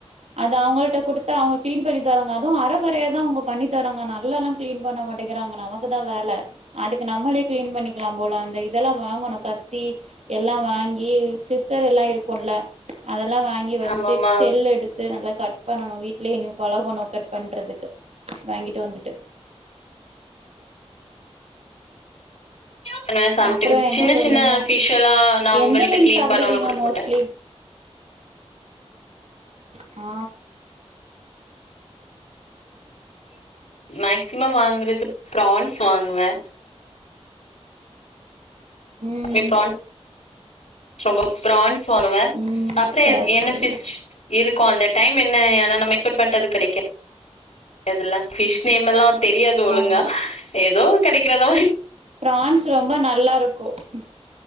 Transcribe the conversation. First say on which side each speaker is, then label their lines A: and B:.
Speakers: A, on the right; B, on the left.
A: அது அவுங்கள்ட குடுத்த அவுங்க கிளீன் பண்ணி தராங்க அதூ அர கொறையாதா அவ்ங்க பண்ணி தராங்க நல்லாலா கிளீன் பண்ண மாட்டேங்கிறாங்க நமக்குதா வேல அதுக்கு நம்மளே கிளீன் பண்ணிக்குலா போல அந்த இதலா வாங்கணு கத்தி எல்லா வாங்கி சிஸரெல்லா இருக்குல்ல அதெல்லா வாங்கி வச்சு
B: ஆமாமா
A: செல் எடுத்து நல்லா கட் பண்ணணு வீட்லே இனிமே பழகணு கட் பண்றதுக்கு வாங்கிட்டு வந்துட்டு
B: பண்ணுவே சம்டைம்ஸ்
A: அப்புறோ என்ன
B: சின்ன
A: சொல்லுங்க
B: சின்ன பிஷ்ஷெலா நா அவ்ங்கள்ட்ட
A: எந்த மீன்
B: கிளீன்
A: சாப்பிடுவீங்க
B: பண்ணோனு குடுக்
A: மோஸ்ட்லி
B: மாட்ட
A: ஆ
B: மேக்சிமம் வாங்குறது ப்ரான்ஸ் வாங்குவ
A: ம்
B: அப்வே ப்ரான் ரொம்ப ப்ரான்ஸ் வாங்குவே
A: ம்
B: அப்றோ
A: சரி
B: எத் என்ன
A: சரி
B: பிஷ் இருக்கு அந்த டைம் என்ன ஆனா நம்ம எக்ஸ்பட் பண்றது கெடைக்க காதுல பிஷ் நேமெல்லா தெரியாது ஒழுங்கா
A: ஆமா
B: எதோ கெடைக்கிறத வாய்ங்
A: ப்ரான்ஸ் ரொம்ப நல்லா இருக்கு ம்